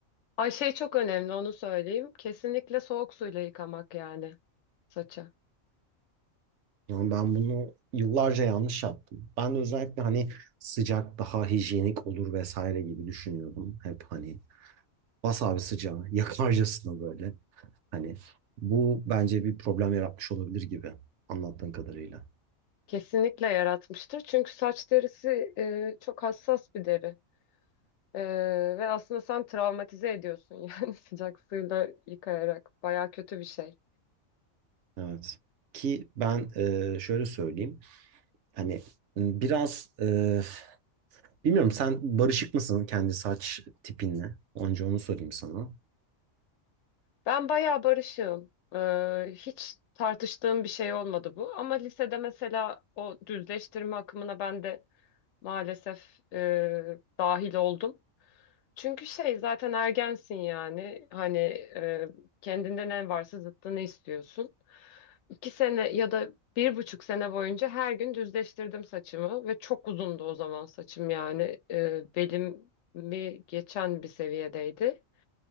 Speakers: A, on the left; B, on the right.
A: ay şey çok önemli onu söyleyeyim. Kesinlikle soğuk suyla yıkamak yani saçı.
B: Yani ben bunu yıllarca yanlış yaptım. Ben de özellikle hani sıcak daha hijyenik olur vesaire gibi düşünüyordum. Hep hani bas abi sıcağı <laughs> yakarcasına böyle. Hani bu bence bir problem yaratmış olabilir gibi anlattığın kadarıyla.
A: Kesinlikle yaratmıştır. Çünkü saç derisi e, çok hassas bir deri. E, ve aslında sen travmatize ediyorsun <laughs> yani sıcak suyla yıkayarak. Baya kötü bir şey.
B: Evet. Ki ben e, şöyle söyleyeyim. Hani biraz e, bilmiyorum sen barışık mısın kendi saç tipinle? Önce onu sorayım sana.
A: Ben baya barışığım. E, hiç tartıştığım bir şey olmadı bu. Ama lisede mesela o düzleştirme akımına ben de maalesef e, dahil oldum. Çünkü şey zaten ergensin yani. Hani e, kendinde ne varsa zıttını istiyorsun. iki sene ya da bir buçuk sene boyunca her gün düzleştirdim saçımı ve çok uzundu o zaman saçım yani e, belimi geçen bir seviyedeydi.